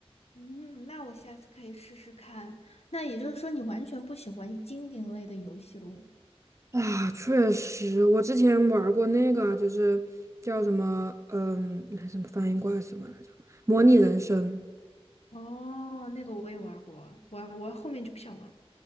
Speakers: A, on the left (about 80°); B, on the right (about 30°).
A: 嗯，那我下次可以试试看。那也就是说，你完全不喜欢经营类的游戏了？
B: 啊，确实，我之前玩儿过那个啊就是叫什么，嗯，那什么翻译过来什么来着？模拟人生。
A: 哦，那个我也玩过，我我后面就不想玩了。